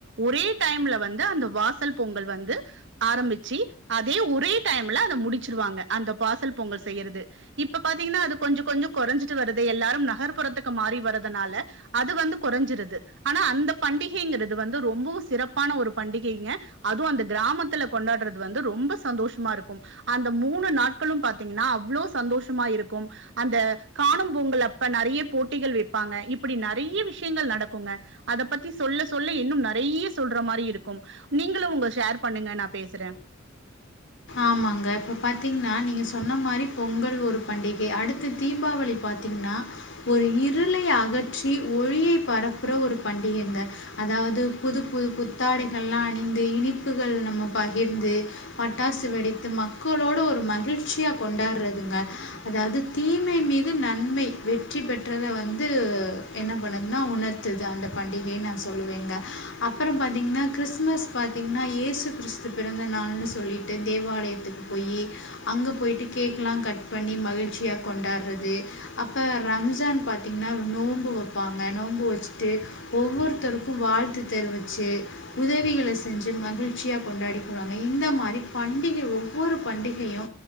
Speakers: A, on the right (about 60°); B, on the left (about 65°).
A: ஒரே டைம்ல வந்து அந்த வாசல் பொங்கல் வந்து ஆரம்பிச்சி அதே ஒ ரே டைம்ல அத முடிச்சிருவாங்க அந்த பாசல் பொங்கல் செய்யறது இப்ப பாத்தீங்கன்னா அது கொஞ்ச கொஞ்ச கொறஞ்சிட்டு வருது எல்லாரும் நகர் புறத்துக்கு மாறி வரதுனால அது வந்து கொறஞ்சிருது ஆனா அந்த பண்டிகைங்கிறது வந்து ரொம்பவு சிறப்பான ஒரு பண்டிகைங்க அதுவு அந்த கிராமத்துல கொண்டாடுறது வந்து சந்தோஷ மா இருக்கும் அந்த மூணு நாட்களு பாத்தீங்கனா அவ்ளோ சந்தோஷமா இருக்கும் அந்த காணும் பொங்கலப்ப நெறைய போட்டிகள் வெப்பாங்க இப்டி நெறைய விஷயங்கள் நடக்குங்க அத பத்தி சொல்ல சொல்ல இன்னும் நெறைய சொல்ற மாரி இருக்கும் நீங்களு ஒங்க ஷேர் பண்ணுங்க நா பேசறே
B: ஆமாங்க இப்ப பாத்தீங்னா நீங்க சொன்ன மாரி பொங்கல் ஒரு பண்டிகை அடுத்து தீபாவளி பாத்தீங்னா ஒரு இருளை அகற்றி ஒழியை பரப்புற ஒரு பண்டிகைங்க அதாவது புது புது புத்தாடைகள்லா அணிந்து இனிப்புகள் நம்ம பகிர்ந்து டாசு வெடித்து மக்களோட ஒரு மகிழ்ச்சியா கொண்டாடுறதுங்க அதாது தீமை மீது நன்மை வெற்றி பெற்றத வந்து என்ன பண்ணுதுனா உணர்த்துது அந்த பண்டிகைன் நா சொல்லுவேங்க அப்றோ பாத்தீங்கன்னா கிறிஸ்மஸ் பாத்தீங்கன்னா ஏசு கிறிஸ்து பிறந்த நாள்ன்னு சொல்லிட் ட்டு தேவாலயத்துக்கு போயி அங்க பொயிட்டு கேக்லா கட் பண்ணி மகிழ்ச்சியா கொண்டாடுறது அப்ப ரம்ஜான் பாத்தீங்னா நோம்பு வப்பாங்க நோம்பு வச்சிட்டு ஒவ்வொருத்தருக்கு வாழ்த்து தெரிவிச்சி உதவிகள செஞ்சி மகிழ்ச்சியா கொண்டாடிக்குவாங்க இந்த மாரி பண்டிக ஒவ்வொரு பண்டிகையு